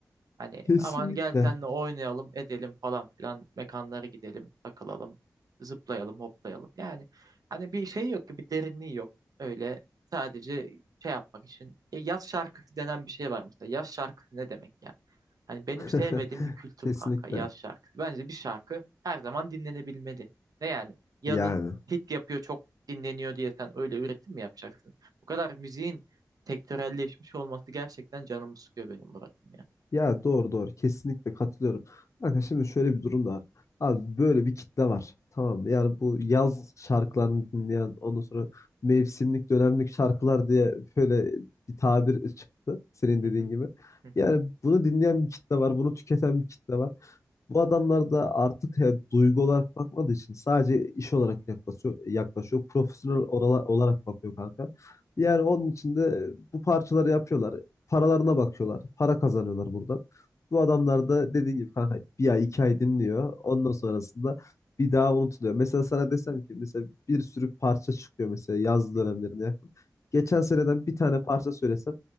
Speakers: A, on the right; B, on the left.
A: Hani
B: Kesinlikle.
A: aman gel senle oynayalım edelim falan filan mekanlara gidelim takılalım zıplayalım hoplayalım. Yani hani bir şey yok ki bir derinliği yok öyle sadece şey yapmak için. E, yaz şarkısı denen bir şey var mesela yaz şarkısı ne demek ya? Hani benim
B: <laughs>
A: sevmediğim bir kültür
B: Kesinlikle.
A: kanka yaz şarkısı. Bence bir şarkı her zaman dinlenebilmeli. Ne yani yazın
B: Yani.
A: hit yapıyor çok dinleniyor diye sen öyle üretim mi yapacaksın? Bu kadar müziğin sektörelleşmiş olması gerçekten canımı sıkıyor benim Murat'ım
B: Ya doğru doğru. Kesinlikle katılıyorum. Bakın şimdi şöyle bir durum da var. Abi böyle bir kitle var. Tamam mı? Yani bu yaz şarkılarını dinleyen ondan sonra mevsimlik dönemlik şarkılar diye böyle bir tabir çıktı. Senin
A: ya.
B: dediğin
A: Hı
B: gibi.
A: hı,
B: Yani bunu dinleyen bir kitle var. Bunu tüketen bir kitle var. Bu adamlar da artık e, duygu olarak bakmadığı için sadece iş olarak yaklaşıyor, yaklaşıyor. Profesyonel orala- olarak bakıyor kanka.
A: hı
B: Yani
A: hı,
B: onun için de bu parçaları yapıyorlar. Paralarına bakıyorlar. Para kazanıyorlar buradan. Bu adamlar da dediğim gibi kanka bir ay iki ay dinliyor. Ondan sonrasında bir daha unutuluyor. Mesela sana desem ki mesela bir sürü parça çıkıyor mesela yaz
A: hı
B: dönemlerine
A: hı,
B: yakın. Geçen seneden bir tane parça söylesem